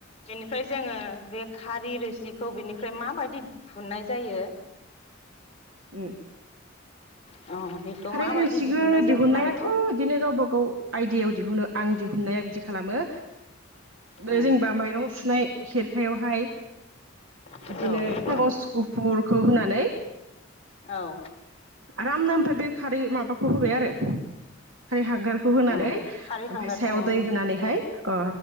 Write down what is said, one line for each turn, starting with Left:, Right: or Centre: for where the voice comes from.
Left: बेनिफ्राय जोंङो बे खारै रोसिखौ बेनिफ्राय माबायदि दिहुननाय जायो।
Right: उम
Left: अ बेखौ माबायदि
Right: खारै रोसिखौ
Left: दिहुनो जों
Right: दिहुननायाथ
Left: खारैखौ
Right: बिदिनो गावब गाव आइडायाव दिहुनो आं दिहुननाया बिदि खालामो
Left: औ
Right: बे जेनबा माइरं सुनाय खेरखायावहाय
Left: औ
Right: बिदिनो खागज गुफुर खौ होनानै
Left: औ
Right: आरामनो ओमफ्राय बे खारै माबाखौ होबाय आरो ओफाय हांगारखौ होनानै
Left: औ खारै
Right: ओमफाय
Left: हांगारखौ
Right: सायाव दै होनानैहाय ओ